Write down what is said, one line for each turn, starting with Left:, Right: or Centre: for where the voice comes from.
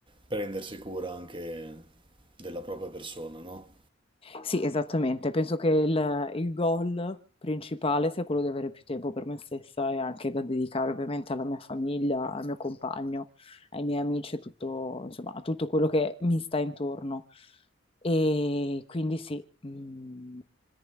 Right: prendersi cura anche della propria persona, no?
Left: Sì, esattamente. Penso che il, il goal principale sia quello di avere più tempo per me stessa e anche da dedicare ovviamente alla mia famiglia, al mio compagno, ai miei amici e tutto, insomma, a tutto quello che mi sta intorno. E quindi sì, mh,